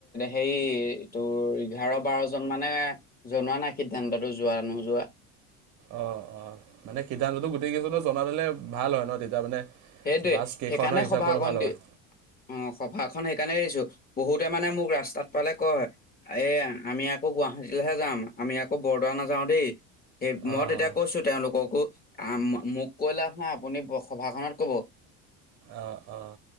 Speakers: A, on the left; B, on the right.
A: হেৰি তোৰ এঘাৰ বাৰজন মান। মানে জনোৱা নাই সিদ্ধান্ততটো যোৱা নোযোৱা।
B: অ অ মানে সিদ্ধান্তটো গোটেই কেইজনে জনে দিলে ভাল হয় ন তেতিয়া মানে
A: সেইটোৱে
B: বাছ কেইখন
A: সেইকাৰণে
B: হয় হিচাপ
A: সভাখন
B: কৰিলে ভাল
A: দি
B: হয়
A: অ' সভা সভা খন সেইকাৰণে এৰিছো, বহুতে মানে মোক ৰাস্তাত পালে কয় এ আমি আকৌ গুৱাহাটীলৈহে যাওঁ। আমি আকৌ বৰদোৱা নাযাও দেই। সেই মই
B: অঁ
A: তেতিয়া কৈছো তেওঁলোক কো মোক কৈ লাভ নাই আপুনি সভাখনত। ক'ব
B: অঁ অঁ